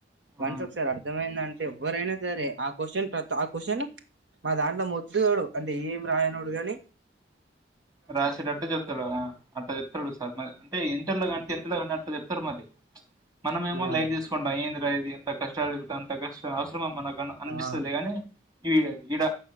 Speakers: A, on the right; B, on the right.
A: ఆ,
B: వన్స్ ఒకసారి అర్థమైంద అంటే ఎవ్వరైనా సరే ఆ క్వశ్చన్ ఆ క్వశ్చన్ మా దాంట్లో మొద్దువోడు అంటే ఏం రాయనోడు కాని
A: రాసేటట్టే చెప్తా అట్లా చెప్తాడు సార్ అంటే ఇంటర్లో కాని టెన్త్ లొ కానీ అట్లా చెప్తారు మరి మనమ ఏమో
B: ఆ
A: లైవ్ తీసుకుంటాం ఏంది రా ఎంత కష్టాలు చెపితే అంత కష్టం అవసరమ మనకు అనిపిస్తదీ
B: ఆ
A: గాని ఈ ఇడ